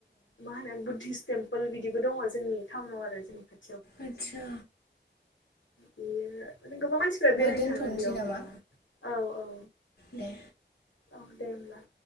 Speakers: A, on the left; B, on the left.
A: मा होनो बुद्धिस टेम्पोल बिदिबो दङ जोंनि टाउनाव आरो जोंनिफ्राय
B: आतसा
A: बेयो ओ माने गोबां मानसिफ्रा बेरायनो
B: दोनथ'नोसै
A: थाङो बेयाव।
B: नामा
A: बा औ औ
B: दे
A: औ दे होनोमब्ला